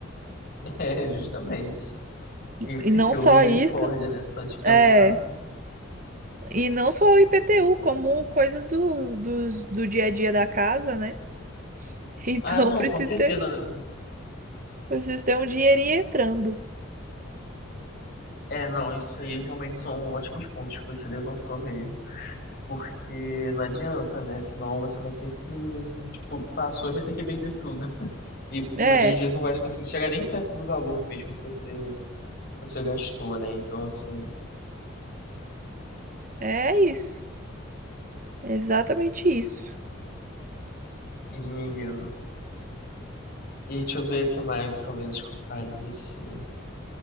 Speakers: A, on the left; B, on the right.
A: <laughs> É, justamente. E
B: E não
A: teu
B: só
A: misericórdia,
B: isso,
A: né? Só de pensar.
B: é, e não só o IPTU, como coisas do, do, do dia a dia da casa, né? <laughs> Então
A: Ah, não,
B: precisa
A: com certeza,
B: ter
A: né?
B: Vocês têm um dinheirinho entrando.
A: É, não, isso aí realmente são ótimos pontos que você levantou meio. Porque não adianta, né? Senão você vai ter que, tipo, passou e vai ter que vender tudo. <laughs> E, e
B: É,
A: às vezes não vai conseguir chegar nem perto do valor mesmo que você, você gastou, né? Então, assim,
B: é isso. É Exatamente isso.
A: e E deixa eu ver o que mais talvez que eu faria, assim.